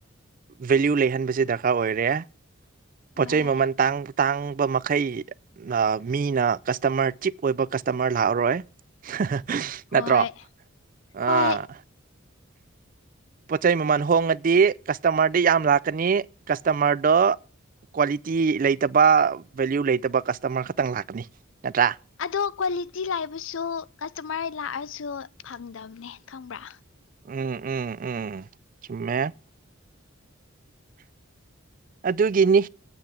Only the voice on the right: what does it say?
ꯚꯦꯂ꯭ꯌꯨ ꯂꯩꯍꯟꯕꯁꯦ ꯗꯔꯀꯥꯔ ꯑꯣꯏꯔꯦ
ꯄꯣꯠ ꯆꯩꯩ ꯃꯃꯜ ꯇꯥꯡ ꯇꯥꯡꯕ ꯃꯈꯩ ꯑꯥ ꯃꯤꯅ ꯀꯁꯇꯃꯔ ꯆꯤꯞ ꯑꯣꯏꯕ ꯀꯁꯇꯃꯔ ꯂꯥꯛꯑꯔꯣꯏ ꯍꯥ ꯍꯥ ꯅꯠꯇ꯭ꯔꯣ
ꯑꯥ ꯄꯣꯠ ꯆꯩꯩ ꯃꯃꯜ ꯍꯣꯡꯉꯗꯤ ꯀꯁꯇꯃꯔꯗꯤ ꯌꯥꯝ ꯂꯥꯛꯀꯅꯤ ꯀꯁꯇꯃꯔꯗꯣ ꯀ꯭ꯋꯥꯂꯤꯇꯤ ꯂꯩꯇꯕ ꯚꯦꯂ꯭ꯌꯨ ꯂꯩꯇꯕ ꯀꯁꯇꯃꯔ ꯈꯛꯇꯪ ꯂꯥꯛꯀꯅꯤ ꯅꯠꯇ꯭ꯔꯥ
ꯎꯝ ꯎꯝ ꯎꯝ ꯆꯨꯝꯃꯦ ꯑꯗꯨꯒꯤꯅꯤ